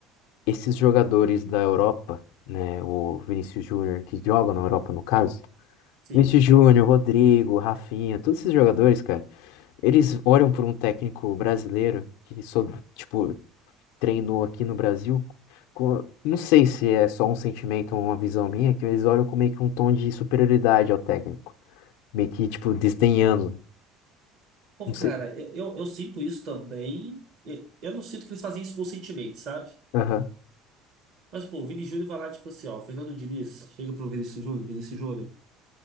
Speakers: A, on the left; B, on the right.
A: esses jogadores da Europa, né? O Vinícius Júnior, que jogam na Europa no caso.
B: Sim.
A: Vinícius Júnior, Rodrigo, Rafinha, todos esses jogadores, cara. Eles olham por um técnico brasileiro que só, tipo, treinou aqui no Brasil. com- Não sei se é só um sentimento ou uma visão minha, que eles olham com meio que um tom de superioridade ao técnico. Meio que, tipo, desdenhando.
B: Pô,
A: Não
B: cara,
A: sei.
B: eu, eu eu sinto isso também. E- Eu não sinto que eles fazem isso conscientemente, sabe?
A: Aham.
B: Mas, pô, o Vini Júnior vai lá, tipo assim, ó, o Fernando Diniz, chega pro Vinícius Júnior, Vinícius Júnior,